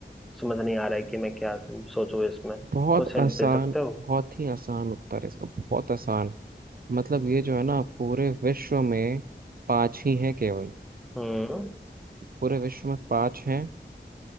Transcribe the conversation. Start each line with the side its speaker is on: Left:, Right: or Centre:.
Centre: समझ नहीं आ रहा है कि मैं क्या सोचूं इसमें
Right: बहुत
Centre: कुछ हिंट
Right: आसान
Centre: दे सकते हो
Right: बहुत ही आसान उत्तर है इसका बहुत आसान मतलब ये जो है ना पूरे विश्व में पांच ही हैं केवल
Centre: हम्म
Right: पूरे विश्व में पांच हैं